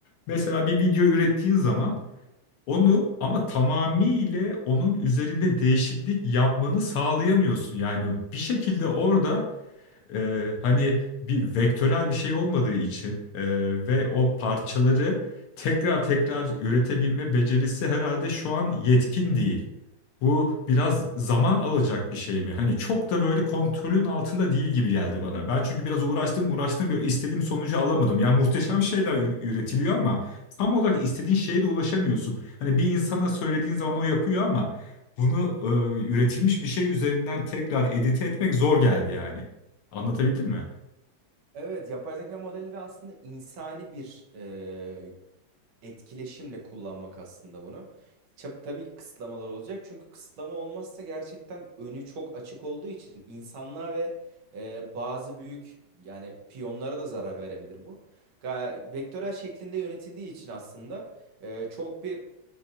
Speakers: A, on the left; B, on the right.
A: Mesela bir video ürettiğin zaman onu ama tamamıyla onun üzerinde değişiklik yapmanı sağlayamıyorsun. Yani bir şekilde orada e, hani bir vektörel bir şey olmadığı için e, ve o parçaları tekrar tekrar üretebilme becerisi herhalde şu an yetkin değil. Bu biraz zaman alacak bir şey mi? Hani çok da böyle kontrolün altında değil gibi geldi bana. Ben çünkü biraz uğraştım uğraştım böyle istediğim sonucu alamadım. Yani muhteşem şeyler ür- üretiliyor ama tam olarak istediğin şeye de ulaşamıyorsun. Hani bir insana söylediğin zaman o yapıyor ama bunu e, üretilmiş bir şey üzerinden tekrar edite etmek zor geldi yani. Anlatabildim mi?
B: Evet, yapay zeka modelleri aslında insani bir e, etkileşimle kullanmak aslında bunu. Çap- Tabii kısıtlamalar olacak çünkü kısıtlama olmazsa gerçekten önü çok açık olduğu için insanlığa ve e, bazı büyük yani piyonlara da zarar verebilir bu. Ga- Vektörel şeklinde yönetildiği için aslında e, çok bir